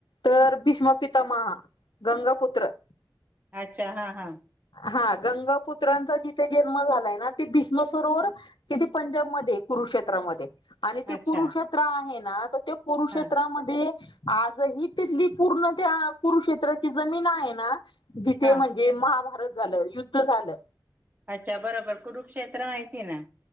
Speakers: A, on the left; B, on the right.
A: तर भीष्मपितमा गंगापुत्र!
B: अच्छा हा हा!
A: हा गंगा पुुत्रांचा जिथे जन्म झालाय ना त भीष्मसरोवर तिथे पंजाबमध्ये कु... करुक्षेत्रामध्ये आणि ते
B: अच्छा
A: कुरुक्षेत्र आहे ना तर ते कुरुक्षेत्रामध्ये..
B: हा
A: आजही तिथली पूर्ण त्या करुक्षेत्राची जमीन आहे ना.. ते
B: हा
A: म्हणजे महाभारत झालं युद्ध झालं...
B: अच्छा बरोबर कुरुक्षेत्र माहिती आहे ना..